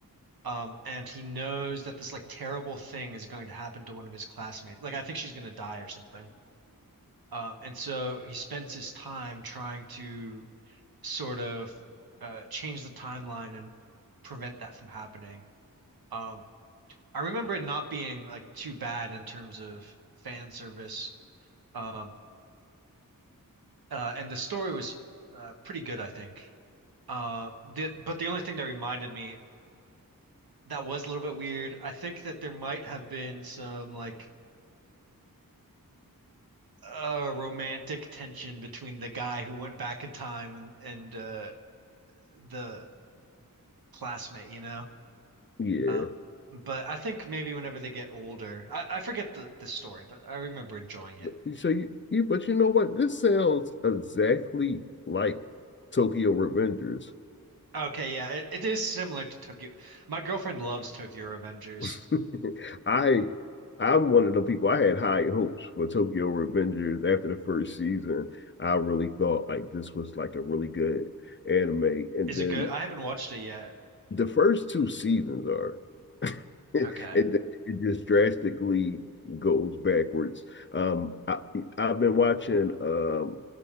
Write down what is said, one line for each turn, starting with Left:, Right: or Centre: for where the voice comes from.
Right: Um, and he knows that this like terrible thing is going to happen to one of his classmates. Like I think she's going to die or something. Um, and so he spends his time trying to sort of uh, change the timeline and prevent that from happening. Um, I remember it not being like too bad in terms of fan service. Um, uh, and the story was uh, pretty good, I think. Uh, the, but the only thing that reminded me that was a little bit weird. I think that there might have been some like uh romantic tension between the guy who went back in time and and uh the classmate, you know.
Left: Yeah.
Right: Um, but I think maybe whenever they get older, I, I forget the the story, but I remember enjoying it.
Left: But, so you, you but you know what? This sounds exactly like Tokyo Revengers.
Right: Okay, yeah, it, it is similar to Tokyo. My girlfriend loves Tokyo Avengers.
Left: <laughs> I I'm one of the people I had high hopes for Tokyo Revengers after the first season. I really thought like this was like a really good anime. And
Right: Is
Left: then
Right: it good? I haven't watched it yet.
Left: the first two seasons are <laughs> and
Right: Okay.
Left: then it just drastically goes backwards. Um I I've been watching um